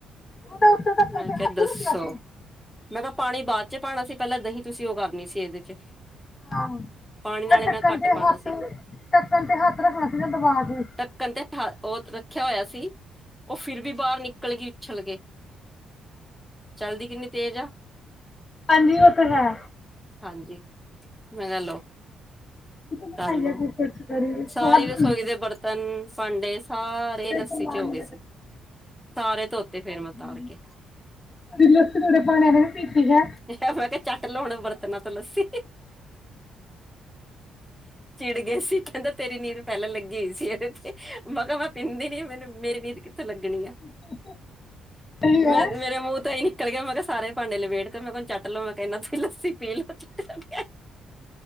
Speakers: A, on the left; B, in the centre.
A: ਉਹਨੇ ਉੱਤੇ ਢੱਕਣ
B: ਮੈਂ
A: ਤੇ
B: ਕਿਹਾ
A: ਹੱਥ
B: ਦੱਸੋ
A: ਰੱਖਿਆ ਸੀ
B: ਮੈਂ ਕਿਹਾ ਪਾਣੀ ਬਾਅਦ ਚ ਪਾਉਣਾ ਸੀ ਪਹਿਲਾਂ ਦਹੀਂ ਤੁਸੀਂ ਉਹਗਾਨੀ ਸੀ ਇਹਦੇ ਚ
A: ਹਾਂ
B: ਪਾਣੀ ਨਾਲੇ
A: ਪਰ ਢੱਕਣ
B: ਮੈਂ ਘੱਟ
A: ਤੇ
B: ਪਾਣਾ
A: ਹੱਥ
B: ਸੀ।
A: ਢੱਕਣ ਤੇ ਹੱਥ ਰੱਖਣਾ ਸੀ ਨਾ ਦਬਾ ਕੇ
B: ਢੱਕਣ ਤੇ ਉਹ ਰੱਖਿਆ ਹੋਇਆ ਸੀ ਉਹ ਫਿਰ ਵੀ ਬਾਹਰ ਨਿਕਲ ਗਈ ਉਛਲ ਕੇ ਚਲਦੀ ਕਿੰਨੀ ਤੇਜ਼ ਆ
A: ਹਾਂਜੀ ਉਹ ਤਾਂ ਹੈ
B: ਹਾਂਜੀ ਮੈਂ ਲਓ
A: ਕਿਤੇ ਬਣਾਈ
B: ਕਰਲੋ
A: ਹੈ ਗੁਰਪੁਰਬ ਕੜੀ ਸਵਾਦ
B: ਸਾਰੀ ਰਸੋਈ
A: ਬਣਦੀ
B: ਦੇ
A: ਹੈ
B: ਬਰਤਨ ਭਾਂਡੇ ਸਾਰੇ ਦਹੀਂ
A: ਤੇ
B: ਲੱਸੀ
A: ਕਮਾਨ
B: ਚ ਹੋ ਗਏ ਸੀ ਸਾਰੇ ਧੋਤੇ
A: <unintelligible>
B: ਫੇਰ ਮੈਂ ਤਾਰ ਕੇ
A: ਖਾਣੇ ਪੀਤੀ ਹੈ
B: ਮੈਂ ਕਿਹਾ ਚੱਟ ਲਓ ਬਰਤਨਾਂ ਤੇ ਲੱਸੀ ਚਿੜ ਗਏ ਸੀ ਕਹਿੰਦਾ ਤੇਰੀ ਨੀਂਦ ਪਹਿਲਾਂ ਲੱਗੀ ਹੋਈ ਸੀ ਇਹਦੇ ਤੇ ਮੈ ਕਿਹਾ ਪੀਂਦੀ ਨੀ ਮੈਨੂੰ ਮੇਰੀ ਨੀਂਦ ਕਿੱਥੇ ਲੱਗਣੀ ਆ
A: <inaudible> ਸਹੀ
B: ਮੈਂ
A: ਹੈ
B: ਮੇਰੇ ਮੂੰਹ ਤਾਈ ਨਹੀ ਨਿਕਲ ਗਿਆ ਮੈਂ ਕਿਹਾ ਸਾਰੇ ਭਾਂਡੇ ਲਭੇੜ ਤੇ ਮੈਂ ਕਿਹਾ ਚੱਟ ਲੋ ਮੈਂ ਕਿਹਾ ਇਹਨਾ ਤੁੂੰ ਲੱਸੀ ਪੀ ਲੋ ਚਟ -ਚਟ ਕੇ